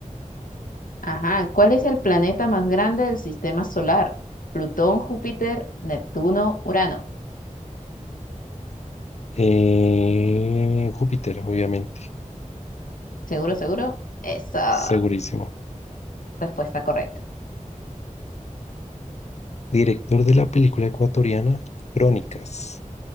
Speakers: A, on the left; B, on the left.
A: Ajá, ¿cuál es el planeta más grande del sistema solar? Plutón, Júpiter, Neptuno, Urano.
B: Eh, Júpiter, obviamente,
A: ¿Seguro, seguro? Esa
B: segurísimo.
A: respuesta correcta.
B: Director de la película ecuatoriana Crónicas,